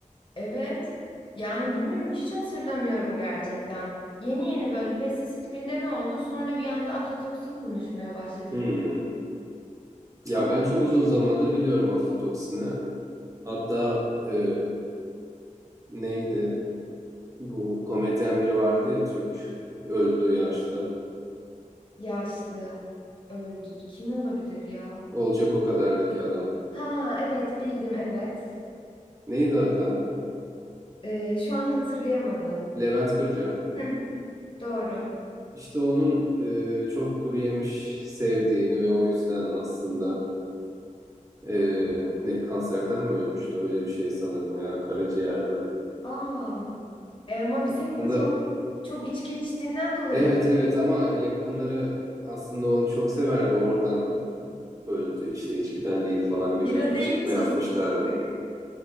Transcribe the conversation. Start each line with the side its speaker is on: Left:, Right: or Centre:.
Left: Evet. Yani bilmiyorum hiç hatırlamıyorum gerçekten. Yeni yeni böyle pestisit gündemi oldu. Sonra bir anda aflatoksin konuşmaya başladık.
Right: Hmm. Ya
Left: Ama
Right: ben çok uzun zamandır biliyorum aflatoksini. Hatta e, neydi bu komedyen biri vardı ya Türk öldü yaşlı.
Left: yaşlı öldü. Kim olabilir ya?
Right: Olacak o kadardaki adam.
Left: Ha evet bildim evet.
Right: Neydi adı?
Left: Ee, şu an hatırlayamadım.
Right: Levent Kırca. Hı.
Left: Hı, doğru.
Right: İşte onun e, çok kuru yemiş sevdiğini ve o yüzden aslında e, ne kanserden mi ölmüştü öyle bir şey sanırım ya karaciğer mi?
Left: Aa. E ama biz
Right: Aslında
Left: hepimiz onun çok içki içtiğinden dolayı
Right: evet
Left: öldük.
Right: evet ama yakınları aslında onu çok severdi oradan öldü işte içkiden değil falan
Left: Bira
Right: gibi açıklama
Left: değil tuzlu
Right: yapmışlardı.
Left: fıstık.